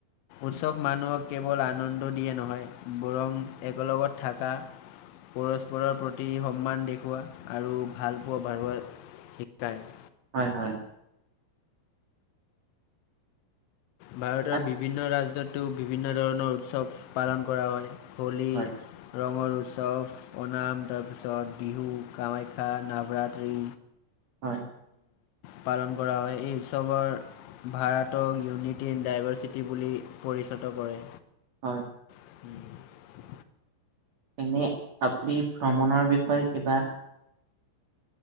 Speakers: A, on the left (about 75°); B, on the right (about 60°).
A: উৎচব মানুহক কেৱল আনন্দ দিয়ে নহয়, বৰং একেলগত থাকা পৰস্পৰৰ প্ৰতি সন্মান দেখুওৱা আৰু ভাল পোৱা বাৰহুৱা শিকায়।
B: হয়, হয়।
A: ভাৰতৰ
B: হয়
A: বিভিন্ন ৰাজ্যতো বিভিন্ন ধৰণৰ উৎচৱ পালন কৰা হয়। হোলী
B: হয়
A: ৰঙৰ চফ, অনাম, তাৰপিছত, বিহু, কামাখ্যা, নৱৰাত্ৰি
B: হয়।
A: পালন কৰা হয়। এই উৎসৱৰ ভাৰাতক ইউনিট টন ডাইভাৰ্চিটি বুলি পৰিচিত কৰে।
B: হয়।
A: <inaudible>
B: এনে আপুনি ভ্ৰমণৰ বিষয়ে কিবা